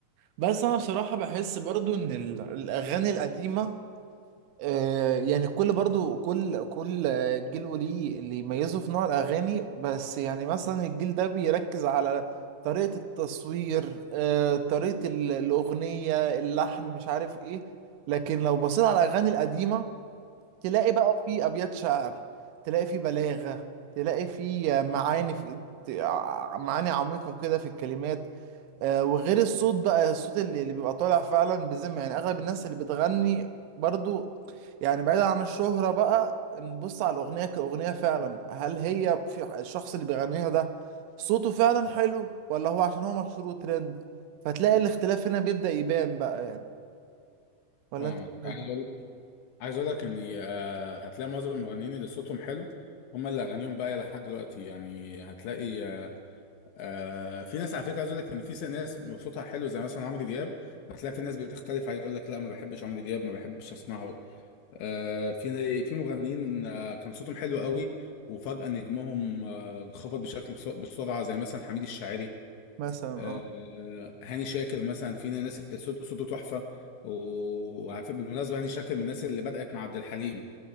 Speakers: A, on the right; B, on the left.
A: بس انا بصراحة بحس برضو ان ال- الاغاني القديمة آه، يعني كل برضو كل كل آه، جيل وليه اللي يميزه في نوع الأغاني بس يعني مثلا الجيل ده بيركز على طريقة التصوير آه، طريقة ال- الأغنية اللحن مش عارف إيه لكن لو بصيت على الأغاني القديمة تلاقي بقى في أبيات شعر تلاقي في بلاغة تلاقي في آه، معاني في ت- ع- معاني عميقة كده في الكلمات آه، وغير الصوت بقى الصوت اللي, اللي بيبقى طالع فعلا بذمة يعني اغلب الناس اللي بتغني برضو يعني بعيدا عن الشهرة بقى نبص على الأغنية كأغنية فعلا هل هي في ح- الشخص اللي بيغنيها ده صوته فعلا حلو ولا هو عشان هو مشهور وترند فتلاقي الاختلاف هنا بيبدأ يبان بقى يعني ولا
B: فاهمك
A: انت إيه رأيك؟
B: عايز اقول عايز اقول لك ان آه، هتلاقي معظم المغنيين اللي صوتهم حلو هم اللي اغانيهم باقيه لحد دلوقتي يعني هتلاقي آه، آه، في ناس على فكره عايز اقول لك ان في س- ناس صوتها حلو زي مثلا عمرو دياب هتلاقي في ناس بتختلف عليه تقول لك لا ما بحبش عمرو دياب ما بحبش اسمعه آه، في في مغنيين آه، كان صوتهم حلو قوي وفجاه نجمهم آه، انخفض بشكل بس- بسرعه زي مثلا حميد الشاعري
A: مثلا
B: آه،
A: اه
B: هاني شاكر مثلا في ناس صوت- صوته تحفه وعارف بالمناسبه هاني شاكر من الناس اللي بدات مع عبد الحليم